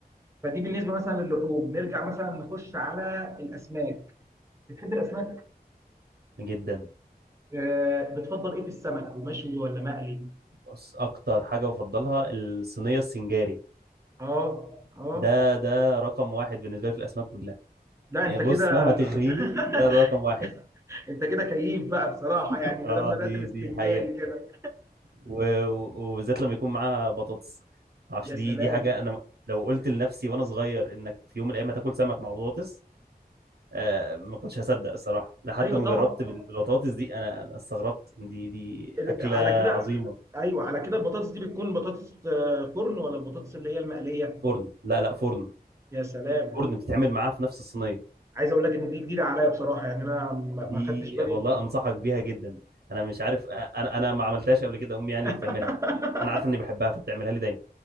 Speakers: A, on the right (about 20°); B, on the right (about 80°).
A: فدي بالنسبه مثلا للحوم نرجع مثلا نخش على الاسماك بتحب الاسماك
B: جدا
A: آه بتفضل ايه في السمك ومشوي ولا مقلي
B: بص اكتر حاجة بفضلها الصينية السنجاري
A: اه اه
B: ده ده رقم واحد بالنسبة لي في الاسماك كلها
A: لا
B: إيه،
A: انت
B: بص
A: كده
B: مهما تغريني ده
A: <laughs>
B: ده رقم واحد
A: انت كده كيف بقى بصراحه
B: <laughs>
A: يعني ما
B: اه
A: دام بدات
B: دي
A: السنجاري
B: دي حقيقة
A: كده
B: و- و- وبالذات لما يكون معاها بطاطس معرفش
A: يا سلام
B: دي دي حاجة انا لو قلت لنفسي وانا صغير انك في يوم من الايام هتاكل سمك مع بطاطس آه، ما كنتش هصدق الصراحه لحد
A: ايوه
B: ما
A: طبعا
B: جربت بال- بالبطاطس دي انا انا استغربت دي دي
A: ال-
B: اكله
A: على كده
B: عظيمه
A: ايوه على كده البطاطس دي بتكون بطاطس آه، فرن ولا البطاطس اللي هي المقليه
B: فرن لا لا فرن
A: يا سلام
B: فرن بتتعمل معاها في نفس الصينيه
A: عايز اقول لك ان دي جديده عليا بصراحه يعني انا ما
B: دي
A: ما خدتش بالي
B: والله
A: في مم...
B: انصحك بيها جدا انا مش عارف انا انا ما عملتهاش قبل كده امي يعني
A: <laughs>
B: اللي بتعملها انا عارف اني بحبها فبتعملها لي دايما